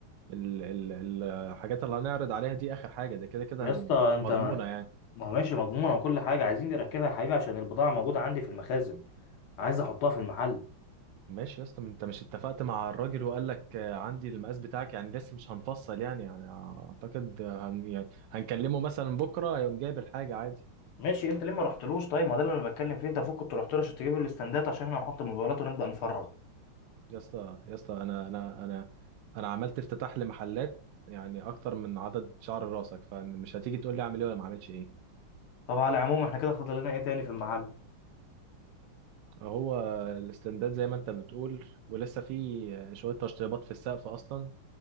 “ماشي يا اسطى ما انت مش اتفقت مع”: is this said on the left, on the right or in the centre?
Right